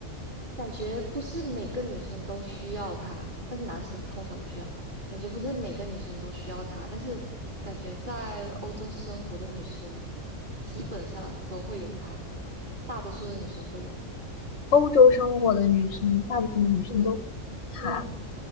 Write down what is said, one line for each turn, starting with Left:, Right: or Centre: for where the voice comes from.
Right: 感觉不是每个女生都需要它，但是男生通常不需要。感觉不是每个女生都需要它，但是感觉在欧洲生活的女生基本上都会有它，大多数的女生会有。
Left: 欧洲生活的女生，大部分的女生都她，
Right: 嗯嗯，